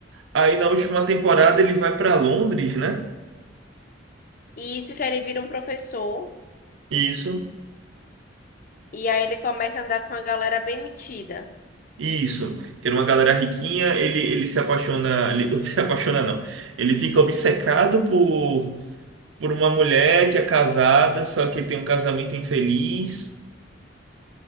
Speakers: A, on the right (about 85°); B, on the left (about 45°).
A: Aí na última temporada ele vai pra Londres, né?
B: E isso que ele vira um professor.
A: Isso,
B: E aí ele começa a andar com uma galera bem metida.
A: isso. Que era uma galera riquinha, ele, ele se apaixona, ele <laughs> se apaixona não. Ele fica obcecado por, por uma mulher que é casada, só que tem um casamento infeliz.